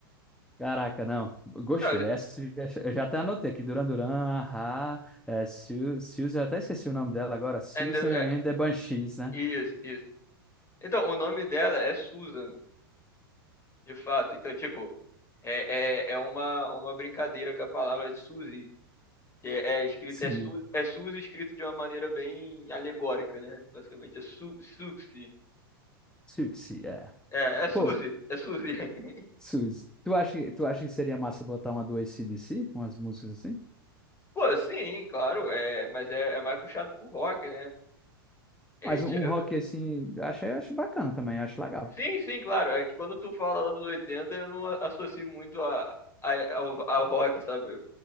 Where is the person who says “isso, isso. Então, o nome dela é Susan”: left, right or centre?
Left